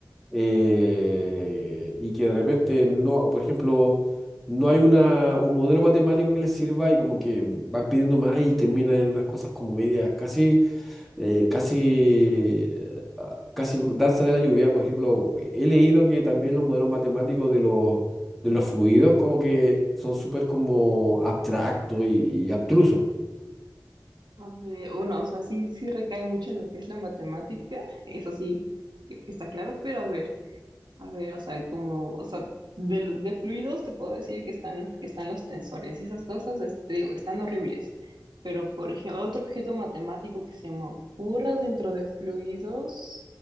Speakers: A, in the centre; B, on the right (about 80°).
A: eh, y que de repente no, por ejemplo, no hay una, un modelo matemático que les sirva y como que van pidiendo más y terminan en unas cosas como medias, casi eh, casi, eh, ah, casi danza de la lluvia. Por ejemplo, he leído que también los modelos matemáticos de los, de los fluidos como que son súper como abstractos y, y abstrusos.
B: a ver. Bueno, o sea, sí, sí recae mucho en lo que es la matemática, eso sí, que- que está claro, pero a ver, A ver, o sea, como, o sea, de, lo- de fluidos te puedo decir que están, que están los tensores y esas cosas, es- te digo, están horribles. Pero, por ejemplo, otro objeto matemático que se me ocurra dentro de fluidos,